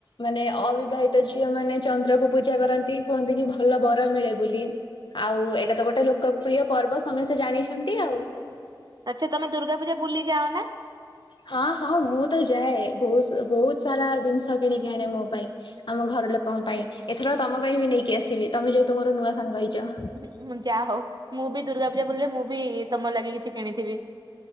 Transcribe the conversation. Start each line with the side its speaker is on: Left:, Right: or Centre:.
Left: ମାନେ ଅବିବାହିତା ଝିଅ ମାନେ ଚନ୍ଦ୍ରକୁ ପୂଜା କରନ୍ତି କୁହନ୍ତି କି ଭଲ ବର ମିଳେ ବୋଲି। ଆଉ ଏଇଟା ତ ଗୋଟେ ଲୋକପ୍ରିୟ ପର୍ବ ସମସ୍ତେ ଜାଣିଛନ୍ତି ଆଉ।
Right: ଆଛା ତମେ ଦର୍ଗା ପୂଜା ବୁଲି ଯାଅ ନା?
Left: ହଁ ହଁ ମୁଁ ତ ଯାଏ ଭୋହୁସ ବୋହୁତ୍ ସାରା ଦିନଷ କିଣିକି ଆଣେ ମୋ ପାଇଁ। ଆମ ଘର ଲୋକଙ୍କ ପାଇଁ। ଏଥର ତମ ପାଇଁ ବି ନେଇକି ଆସିବି। ତମେ ଯେହେତୁ ମୋର ନୂଆ ସାଙ୍ଗ ହେଇଚ।
Right: ହୁଁ ଯାହା ହୋଉ ମୁଁ ବି ଦୁର୍ଗା ପୂଜା ବୁଲିଲେ ମୁଁ ବି ତମ ଲାଗି କିଛି କିଣିଥିବି।